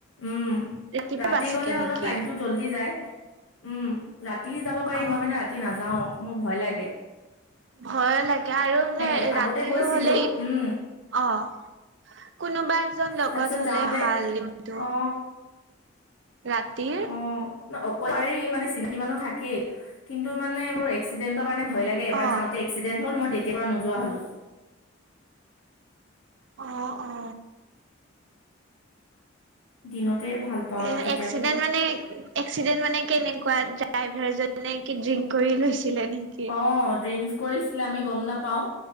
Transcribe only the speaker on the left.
উম
ৰাতি
গ'লে
অলপ টাইমটো জল্দি যায় উম, ৰাতি যাব পাৰি
মই মানে ৰাতি নাযাও মোৰ ভয় লাগে।
এ আগতে
গৈছিলো
উম
তাৰপিছত
যাওঁতে
অ
অ অকল পাৰি মানে চিন্তি মানুহ থাকেই কিন্তু মানে মোৰ এক্সিডেন্টৰ কাৰণে ভয় লাগে এবাৰ
যাওঁতে এক্সিডেণ্ট হল মই তেতিয়াৰ পৰা নোযোৱা হ'লো
দিনতে ভাল পাওঁ আৰু
তেতিয়াৰ
পৰা
অ ড্ৰিংকচ কৰিছিলে আমি গম নাপাওঁ